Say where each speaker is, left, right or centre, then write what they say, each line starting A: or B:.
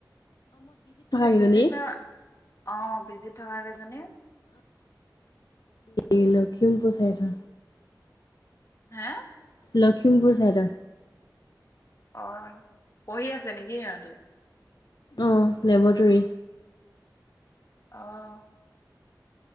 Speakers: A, on the left (about 45°); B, on the left (about 70°).
A: সেই
B: কেইজনী
A: পি জি ত থকা, অহ, পি জি ত থকা কেইজনীৰ?
B: এই লখিমপুৰ চাইডৰ।
A: হা'।
B: লখিমপুৰ চাইডৰ।
A: অ' পঢ়ি আছে নেকি সিহঁতি?
B: অ' লেবৰেটৰী।
A: অ',